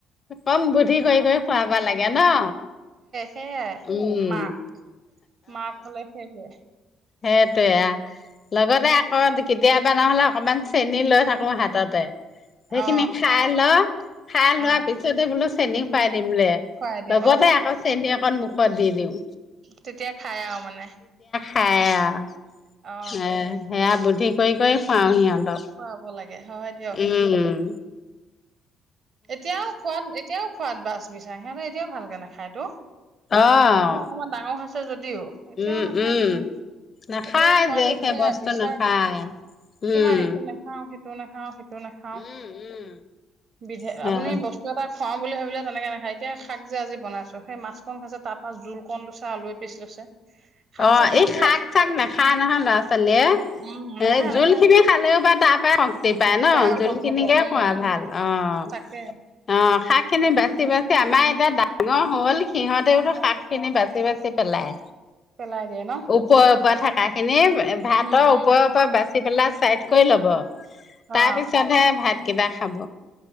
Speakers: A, on the left (about 40°); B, on the right (about 50°).
A: কম বুদ্ধি
B: নহ
A: কৰি কৰি খুৱাবা লাগে ন।
B: সেয়াই
A: উম
B: মাক মাক হলে সেইটোৱেই।
A: সেইটোয়ে আৰ লগতে আকৌ কেতিয়াবা নহ'লে অকমান চেনি লৈ থাকো হাততে। সেইখিনি
B: অ
A: খাই ল খাই লোৱা
B: অ
A: পিছতে বোলো চেনি খুৱাই দিমে
B: খুৱাই দিম
A: লগতে
B: অ
A: আকৌ চেনি অকণ মুখত দি দিওঁ।
B: তেতিয়া খাই আৰু মানে
A: খায় আৰু
B: অ
A: এ সেয়া বুদ্ধি কৰি কৰি খুৱাও সিহঁত
B: খুৱাব লাগে হয় দিয়ক
A: উম উম
B: এতিয়াও খোৱাত এতিয়াও খোৱাত বাচ বিচাৰে সিহঁতে এতিয়াও ভালকে নাখায় তো
A: অহ
B: এতিয়া অকণমান ডাঙৰ হৈছে যদিও এতিয়াও
A: উম
B: নাখায়
A: উম
B: নহয়
A: নাখায়
B: এতিয়াও খোৱাটোত
A: যে সেই
B: সেয়া
A: বস্তু
B: বিশ্বাস
A: নাখায়। উম
B: কিমান ইটো নাখাও সেইটো ইটো নাখাও সিটো নাখাও
A: উম উম
B: বিধে
A: সেয়া
B: আপুনি বস্তু এটা খুৱাওঁ বুলি ভাবিলে তেনেকে নাখায় এতিয়া শাক যে আজি বনাইছো, সেই মাছখন খাইছে তাত বা জোল কন লৈছে আলুু এপিচ লৈছে। শাক
A: অ',
B: চাক
A: এই
B: নাখায়
A: শাক চাক নাখায় নহয় ল'ৰা ছোৱালীয়ে।
B: উম, নাখায়
A: এ
B: নাখায়
A: জোল খিনি খালেও বা ত টিপাই
B: কিবা
A: ন'
B: অকণ
A: জোল খিনিকে
B: পাব উম,
A: খোৱা ভাল অ',
B: তাকে
A: অ', শাক খিনি
B: সেয়া
A: বাচি বাচি আমাৰ এয়া ডাঙৰ হ'ল সিহঁতেওতো
B: অ',
A: শাক খিনি বাচি বাচি পেলাই।
B: পেলাই দিয়ে ন?
A: ওপৰৰ ওপৰে থকা খিনি ভাতৰ
B: উম, উম,
A: ওপৰৰ পৰা বাচি চি পেলা চাইড কৰি লব
B: অ',
A: তাৰ পিছতহে ভাত কিবা খাব